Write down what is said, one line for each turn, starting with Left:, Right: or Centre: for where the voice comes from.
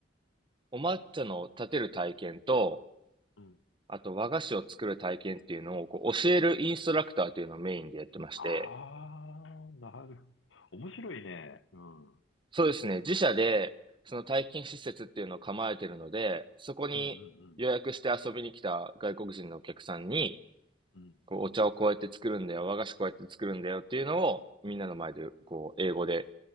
Right: お抹茶の立てる体験と、
Left: うん。
Right: あと和菓子を作る体験っていうのをこう教えるインストラクターというのをメインでやってまして、
Left: あー、なる。面白いね。うん。うん
Right: そうですね。自社で、その体験施設っていうのを構えてるので、そこに予約して遊びに来た外国人のお客さんに、
Left: うんうん。うん。
Right: こう、お茶をこうやって作るんだよ、和菓子こうやって作るんだよっていうのを、みんなの前で、こう、英語で